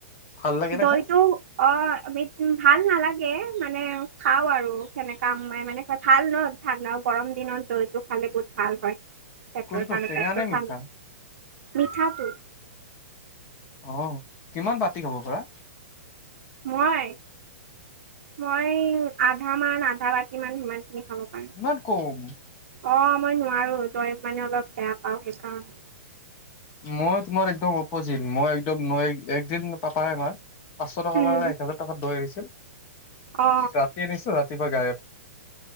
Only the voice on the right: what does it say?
দৈটো
অম ভাল নালাগে মানে খাও আৰু সেনেকা মানে ভাল ন ঠাণ্ডা গৰম দিনত দ এইটো খালে বহুত ভাল হয়। পেটৰ
কাৰণে
পেটটোঠান
মিঠাটো।
মই মই আধ মান আধা বাতি মান সমানখিনি খাব পাৰো।
অ' মই নোৱাৰো তই মানে অলপ বেয়া পাও, সেইকাৰণে।
উম
অ